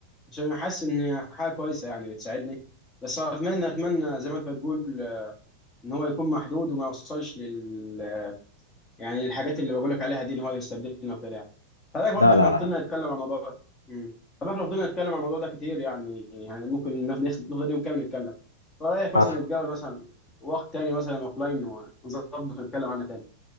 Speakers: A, on the left; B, on the left.
A: عشان انا حاسس ان حاجه كويسه يعني بتساعدني بس اتمنى اتمنى زي ما انت بتقول ان هو يكون محدود وما يوصلش لل يعني الحاجات اللي بقول لك عليها دي ان هو يستبدلنا وكده يعني فده برضه
B: لا
A: احنا
B: لا
A: فضلنا
B: لا
A: نتكلم عن الموضوع ده امم فبقى فضلنا نتكلم عن الموضوع ده كتير يعني يعني ممكن ناخد ناخد- نفضل يوم كامل نتكلم فرايك مثلا
B: حصل
A: نتقابل مثلا وقت تاني مثلا اوفلاين ونظبط ونتكلم عنه تاني